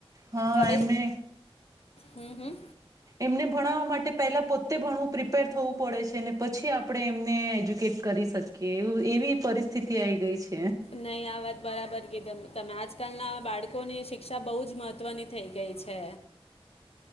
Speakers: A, on the right; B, on the left.
A: હા
B: હવે
A: એમને
B: હમ હમ
A: એમને ભણવા માટ ટે પહેલા પોતે ભણવું પ્રિપેર થવું પડે છે ને પછી આપણે એમને એજ્યુકેટ કરી શકીએ એ એવી પરિસ્થિતિ આવી ગઈ છે.
B: નહી આ વાત બરાબર ક તમેને. તમે આજકાલના બાળકોની શિક્ષા બહુ જ મહત્વની થઈ ગઈ છે.